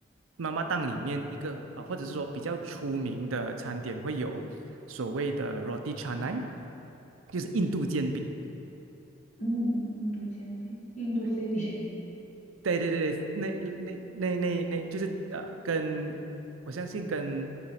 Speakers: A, on the right (about 90°); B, on the left (about 35°).
A: 妈妈档里面，一个啊、呃或者是说比较出名的餐点会有所谓的 roti canai，就是印度煎饼。
B: 嗯，印度煎饼，印度飞饼？
A: 对。对对对对，那那那那那，就是呃，跟我相信跟